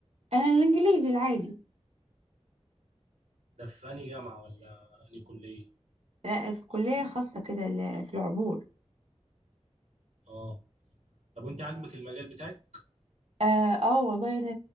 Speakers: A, on the right; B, on the right.
A: انا الانجليزي العادي
B: ده في انهي جامعه ولا انهي كليه
A: لا في كليه خاصه كده ل- في العبور
B: اه طب وانت عاجبك المجال بتاعك
A: اه, آه والله انا